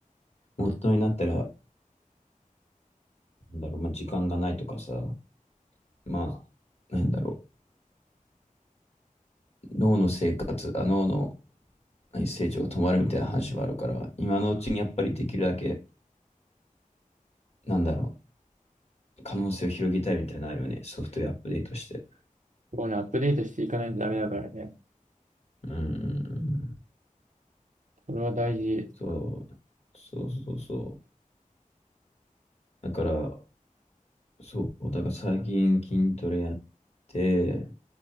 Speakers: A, on the left (about 50°); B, on the right (about 60°).
A: 大人になったら、なんだろう、まあ時間がないとかさ、まあ、なんだろう、脳の生活、あ、脳の何成長が止まるみたいな話はあるから、今のうちにやっぱりできるだけ、なんだろう、可能性を広げたいみたいなのあるよね、ソフトウェアアップデートして。
B: そこをね、アップデートしていかないとダメだからね。
A: うんうんうん。
B: それは大事。
A: そう、そうそうそう。だから、そう、だから最近筋トレやって、